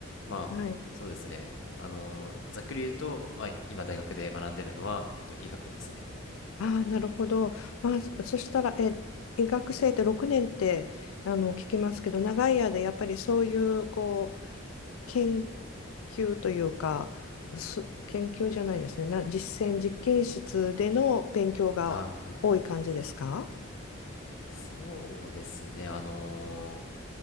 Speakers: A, on the left; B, on the left.
A: まあ、
B: はい。
A: そうですね。あのざっくり言うと、まあ、今大学で学んでるのは、えっと、医学ですね。
B: ああ、なるほど。まあ、そそしたら、
A: はい。
B: え、医学生って6年って、あの、聞きますけど、長い間、やっぱりそういう、こう、研究というか、す、研究じゃないですね。な、実践、実験室での勉強が多い感じですか
A: あー、はい。そうですね。あの